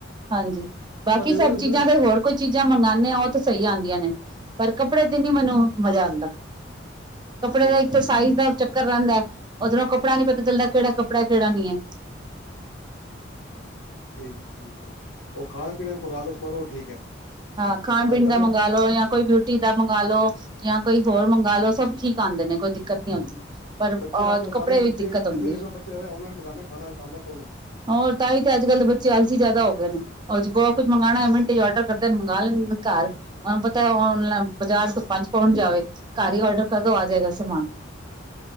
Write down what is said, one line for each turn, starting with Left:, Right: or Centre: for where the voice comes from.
Right: ਹਾਂਜੀ ਬਾਕੀ
Left: ਪਰ ਰੇਟ
Right: ਸਭ
Left: ਤੁਸੀਂ
Right: ਚੀਜ਼ਾਂ ਤੇ ਹੋਰ ਕੋਈ ਚੀਜ਼ਾਂ ਮੰਗਾਨੇ ਹਾ ਉਹ ਤਾਂ ਸਹੀ ਆਂਦੀਆਂ ਨੇ। ਪਰ ਕੱਪੜੇ ਤੇ ਨੀ ਮੈਨੂੰ ਮਜ਼ਾ ਆਂਦਾ। ਕੱਪੜੇ
Left: ਠੀਕ
Right: ਦਾ ਇੱਕ ਤੇ ਸਾਈਜ਼ ਦਾ ਚੱਕ ਕਰ ਰੇਂਦਾ ਉਓਧਰੋਂ ਕੱਪੜਾ ਨੀ ਪਤਾ ਚੱਲਦਾ ਕਿਹੜਾ ਕੱਪੜਾ ਕਿਹੜਾ ਨੀ ਹੈ।
Left: ਠੀਕ-ਠੀਕ ਹੈ, ਉਹ ਖਾਣਾ ਪੀਣਾ ਮੰਗਾਣ ਦਾ ਸਾਮਾਨ ਉਹ ਠੀਕ ਹੈ।
Right: ਹਾਂ ਖਾਣ ਪੀਣ
Left: ਅੱਜ ਕੱਲ
Right: ਦਾ
Left: ਦੇ
Right: ਮੰਗਾ ਲੋ ਜਾਂ ਕੋਈ ਬਿਊਟੀ ਦਾ ਮੰਗਵਾ ਲੋ। ਜਾਂ ਕੋਈ ਹੋਰ ਮੰਗ ਲਓ ਸਭ ਠੀਕ ਆਣਦੇ ਨੇ ਕੋਈ ਦਿੱਕਤ ਨੀ ਆਂਦੀ। ਪਰ
Left: ਬੱਚੇ
Right: ਅਹ
Left: ਅੱਜ ਕੱਲ
Right: ਕੱਪੜੇ
Left: ਸਾਰੇ
Right: ਵਿੱਚ
Left: ਬੱਚੇ
Right: ਦਿੱਕਤ ਹੁੰਦੀ
Left: ਜਿੰਨੇ ਦੇਖ
Right: ਹੈ,
Left: ਲਓ ਬੱਚੇ ਸਾਰੇ ਔਨਲਾਈਨ ਮੰਗਵਾਉਂਦੇ ਖਾਣਾ ਖਾਂਦਾ ਕੌਣ ਹੈ
Right: ਹੋਰ ਤਾਂਹੀ ਤੇ ਅੱਜ ਕੱਲ ਦੇ ਬੱਚੇ ਆਲਸੀ ਜਿਆਦਾ ਹੋ ਗਏ ਨੇ। ਹ ਕੁਛ ਮੰਗਉਣਾ ਮਿੰਟ ਚ ਆਰਡਰ ਕਰ ਨ ਮੰਗਵਾ ਲੈਂਦੇ ਘਰ ਉਨਾ ਨੂੰ ਪਤਾ ਲਾ ਬਾਜ਼ਾਰ ਤੁਪਾ ਚ ਕੌਣ ਜਾਏ ਘਰ ਹੀ ਔਡਰ ਕਰਦੋ ਆ ਜਾਏਗਾ ਸਮਾਨ।